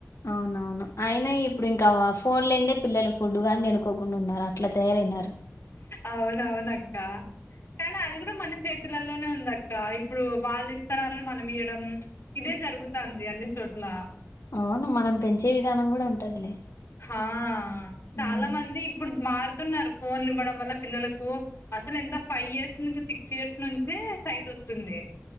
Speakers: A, on the left; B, on the left.
A: అవునవును అయినా ఇప్పుడు ఇంకా ఫోన్ లే పిల్లలు ఫుడ్గా తినుకోకుండా ఉన్నారు అట్లా తయారయినారు
B: అవునవునక్క కానీ అది కూడా మన చేతులలోనే ఉంది అక్క ఇప్పుడు వాళ్ళు ఇస్తున్నారని మనం ఇయ్వడం ఇదే జరు గుతంది అన్ని చోట్ల
A: అవును మనం పెంచే విధానం కూడా ఉంటదిలే
B: ఆ చాలా
A: ఉమ్.
B: మంది ఇప్పుడు మారు తున్నారు ఫోన్లు ఇవ్వడం వల్ల పిల్లలకు అసలు ఎంత ఫైవ్ ఇయర్స్ నుంచి సిక్స్ ఇయర్స్ నుంచే సైట్ వ స్తుంది